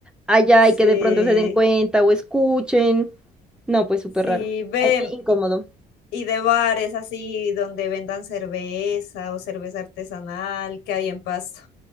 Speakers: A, in the centre; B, on the left.
A: allá
B: Sí,
A: y que de pronto se den cuenta o escuchen. No, pues súper
B: sí,
A: raro.
B: ve,
A: Ahí sí, incómodo.
B: y de bares así donde vendan cerveza o cerveza artesanal que hay en Pasto.